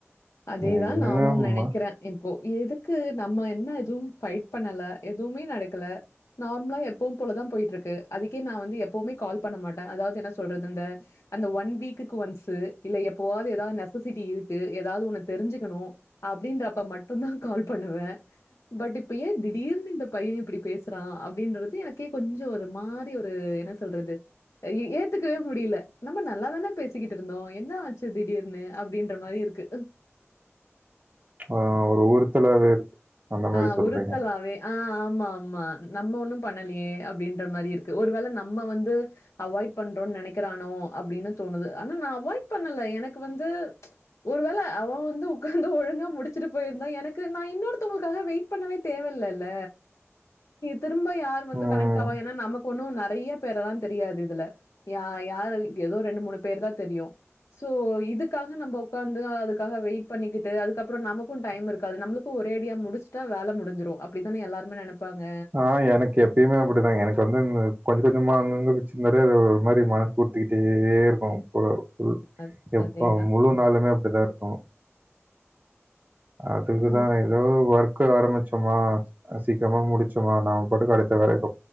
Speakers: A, on the left (about 85°); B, on the right (about 35°).
A: அதேதா
B: எங்கம்மா
A: நானு நெனைக்கிறே இப்போ எதுக்கு நம்ம என்ன எதுவும் பஃட் பண்ணல எதுவுமே நடக்கல நார்மலா எப்பவும் போலதா போயிட்ருக்கு அதுக்கே நா வந்து எப்பவுமே கால் பண்ண மாட்டே அதாவது என்ன சொல்றது இந்த அந்த ஒன் வீக்குக்கு ஒன்ஸ்சு இல்ல எப்பாவது ஏதாவது நெசசிட்டி இருக்கு ஏதாவது ஒ ன்னு தெரிஞ்சுக்கணு அப்படின்றப்ப மட்டுந்தா கால் பண்ணுவே பட் இப்ப ஏ திடீர்னு இந்த பைய இப்டி பேசுறா அப்படின்றது எனக்கே கொஞ்ச ஒரு மாரி ஒரு என்ன சொல்றது எ ஏத்துக்கவே முடியல நம்ம நல்லா தானே பேசிக்கிட்டு இருந்தோ என்ன ஆச்சு திடீர் ன்னு அப்டின்ற மாரி இருக்கு
B: ஆ ஒரு ஒருஊத்துலாவே இருக்கு அந்த மாரி
A: ஆ
B: சொல்றீங்க.
A: உறுத்தலாவே ஆ ஆமா ஆமா நம்ம ஒண்ணு பண்ணலையே அப்படின்ற மாரி இருக்கு ஒருவேள நம்ம வந்து அவாய்ட் பண்றோன்னு நெனைக்கிறானோ அப்படின்னு தோணுது ஆனா நா அவாய்ட் பண்ணல எனக்கு வந்து ஒருவேள அவ வந்து உக்காந்து ஒழுங்கா முடிச்சுட்டு போயிருந்தா எனக்கு நா இன்னொருத் அடித்தவங்ளுக்காக வெயிட் பண்ணவே தேவையில்லல்ல திரும்ப யார் வந்து
B: ம்.
A: கனெக்ட் ஆவாங்க ஏன்னா நமக் ஒண்ணு நெறைய பேர்ல்லா தெரியாது இதுல யா யாரு ஏதோ ரெண்டு மூணு பேர் தா தெரியு சோ இதுக்காக நம்ம உக்காந்து அதுக்காக வெயிட் பண்ணிக்கிட்டு அதுக்கப்பற நமக்கு டைம் இருக்காது நம்மளுக்கு ஒரு ரேடியா முடிச்சுட்டா வேல முடிஞ்சுரு அப்டித்தானே எல்லாரு நெனப்பாங்க
B: ஆ எனக்கு எப்பயுமே அப்படிதா எனக்கு வந்து கொஞ்ச கொஞ்சமா அங்கங்க வச்சுருந்தாலது ஒரு மாரி மன உரித்திக்ட்டே இருக்கு ஒரு ம்
A: அது
B: எப்ப
A: அதேதான்.
B: முழு நாளுமே அப்படிதா இருக்கு அதுக்குதா
A: அ
B: ஏதோ ஒர்க்க ஆரம்பிச்சோமா சீக்கிரமா முடிச் சமா நாம அடுத்த வேர இப்ப